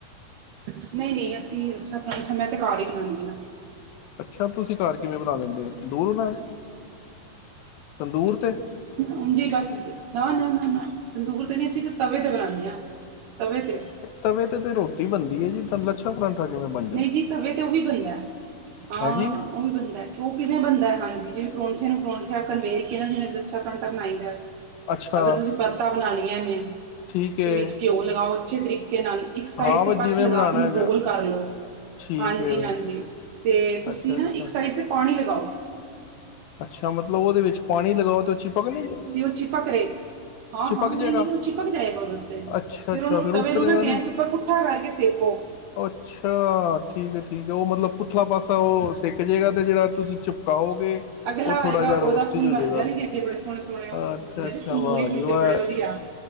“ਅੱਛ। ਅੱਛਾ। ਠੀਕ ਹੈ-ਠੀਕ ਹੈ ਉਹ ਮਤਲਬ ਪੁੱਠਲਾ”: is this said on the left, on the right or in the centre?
Left